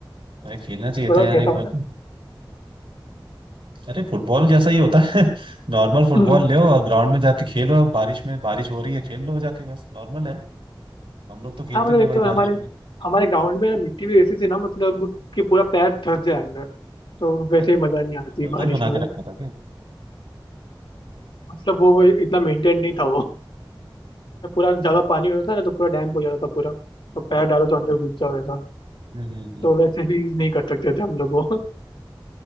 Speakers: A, on the right (about 85°); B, on the left (about 70°).
A: अरे खेलना चाहिए
B: बताओ
A: था यार
B: कैसा
A: एक
B: होता
A: बार
B: है
A: अरे फुटबॉल जैसा ही होता है <laughs> नॉर्मल फुटबॉल
B: हम्म,
A: ले और ग्राउंड में जाके खेलो बारिश में बारिश हो रही है खेल लो जाके बस नॉर्मल है हम लोग तो खेलते
B: हाँ मतलब
A: थे
B: एक
A: भाई
B: तो हमारे
A: बारिश में
B: हमारे ग्राउंड में ना मिट्टी भी ऐसी थी ना मतलब कि पूरा पैर धंस जाए अंदर तो वैसे
A: अरे हाँ
B: ही मजा नहीं आती
A: दलदल
B: बारिश
A: बना
B: में
A: के रखा था क्या
B: मतलब वो वो इतना मेंटेन नहीं था वो पूरा ज्यादा पानी होता था ना तो पूरा डैम हो जाता था पूरा तो पैर डालो तो अंदर घुस जाओ ऐसा
A: हम्म हम्म, हम्म,
B: तो वैसे भी नहीं कर सकते थे हम लोग वो